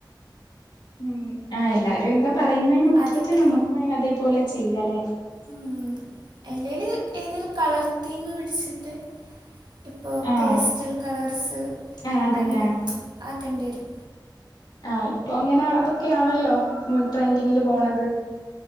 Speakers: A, on the left (about 70°); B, on the right (about 65°).
A: ഉം അഹ് എല്ലാരും എന്താ പറയുന്നെ നോക്കീറ്റ്
B: അതൊക്കെ
A: നമ്മുക്കും അതേപോലെ ചെയ്യലെ
B: ഉം എല്ലേല് ഏതൊരു കളർ തീമ് പിടിച്ചിട്ട് ഇപ്പോ
A: ആഹ്
B: പേസ്റ്റൽ കളർസ്
A: ആ അതന്നെ
B: അങ്ങനെ ആക്കേണ്ട്യെരും
A: ആഹ് ഇപ്പൊങ്ങനെ അതൊക്കെയാണല്ലോ ട്രെൻഡിങ്ങില് പോണത്